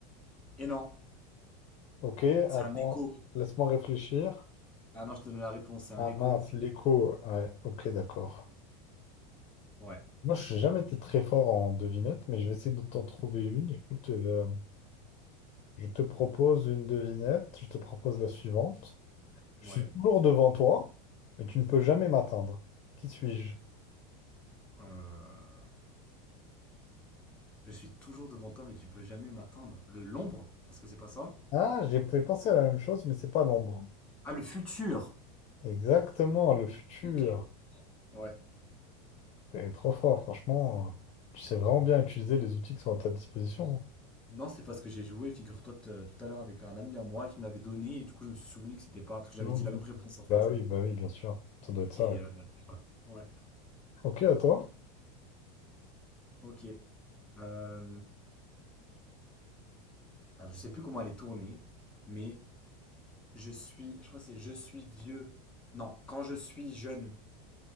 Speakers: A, in the centre; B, on the left (about 35°).
A: Et non,
B: Ok, attends.
A: c'est un écho.
B: Laisse-moi réfléchir.
A: Ah non, je te donne la réponse, c'est un
B: Ah
A: écho.
B: mince, l'écho. Ouais, ok, d'accord.
A: Ouais,
B: Moi, je n'ai jamais été très fort en devinette, mais je vais essayer de t'en trouver une. Écoute. euh, Je te propose une devinette, je te propose la suivante. Je
A: ouais.
B: suis toujours devant toi, mais tu ne peux jamais m'atteindre. Qui suis-je?
A: Euh, Je suis toujours devant toi, mais tu peux jamais m'atteindre. Le l'ombre Est-ce que c'est pas ça
B: Ah, j'ai j'ai pensé à la même chose, mais c'est pas l'ombre.
A: Ah, le futur
B: Exactement, le futur.
A: Ok. Ouais.
B: T'es trop fort, franchement. Tu sais vraiment bien utiliser les outils qui sont à ta disposition.
A: Non, c'est parce que j'ai joué, figure-toi, t- euh, tout à l'heure avec un ami à moi qui me l'avait donné, et du coup, je me suis souvenu que c'était pas, parce que j'avais
B: Mhm.
A: dit la même réponse en fait.
B: Bah oui, bah oui, bien sûr. Ça doit être ça.
A: Et
B: ouais.
A: euh, voilà. Ouais,
B: Ok, à toi.
A: ok. Euh, alors, je sais plus comment elle est tournée, mais je suis, je crois que c'est je suis vieux. Non, quand je suis jeune,